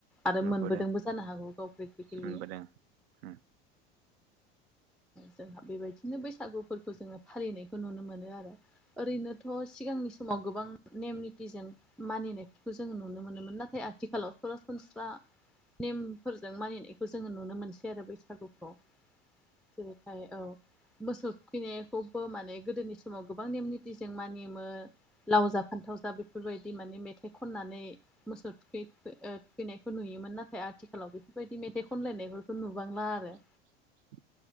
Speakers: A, in the centre; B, on the right.
A: आरो
B: नुबोदों
A: मोनबोदोंबो जानो हागौ गाव प्रेक्टिकेलि।
B: मोनबोदों उम ओ
A: जोंहा बेबायदिनो बैसागुफोरखौ जोङो फालिनायखौ नुनो मोनो आरो ओरैनोथ' सिगांनि समाव गोबां नेम निथिजों। मानिनायफोरखौ जोंङो नुनो मोनोमोन नाथाय आथिखालाव सरासनस्रा नेमफोरजों मानिनायखौ जोङो नुनो मोनसै आरो बैसागुखौ। जेरैहाय औ मोसौ थुखैनायखौबो माने गोदोनि समाव गोबां नेम निथिजों मानियोमोन लाव जा फान्थाव जा बेफोरबायदि माने मेथाइ खननानै मोसौ थुखै ओ थैनायखौ नुयोमोन नाथाय आथिखालाव बेफोरबायदि मेथाइ खनलायनायफोरखौ नुबांला आरो
B: <unintelligible>